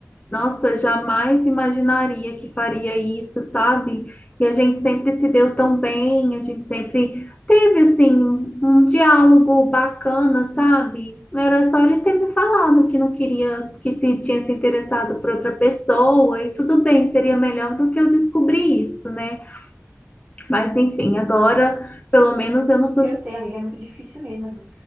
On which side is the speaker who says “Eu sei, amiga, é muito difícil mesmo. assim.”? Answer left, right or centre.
Right